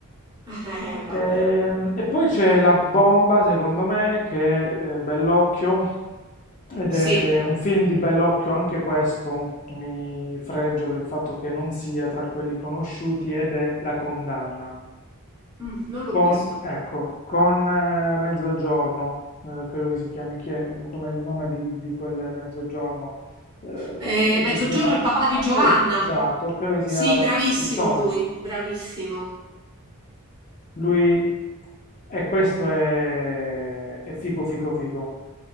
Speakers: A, on the right; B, on the left.
A: <laughs> Eh, vabbè,
B: Ehm, E, poi c'è la bomba, secondo me, che è eh, Bellocchio, ed
A: sì,
B: è un film di Bellocchio, anche questo, mi fregio del fatto che non sia tra quelli conosciuti, ed è La condanna,
A: Mm, non l'ho
B: con,
A: visto.
B: ecco, con eh, Mezzogiorno, eh, credo che si chiami, chi è, mm, come il nome di, di quel Mezzogiorno, eh, non
A: Eh,
B: so
A: Mezzogiorno,
B: se Giovanni,
A: il papà di Giovanna.
B: es- esatto, credo che sia
A: Sì, bravissimo
B: Vittorio.
A: lui, bravissimo.
B: Lui... E questo è... è figo figo figo.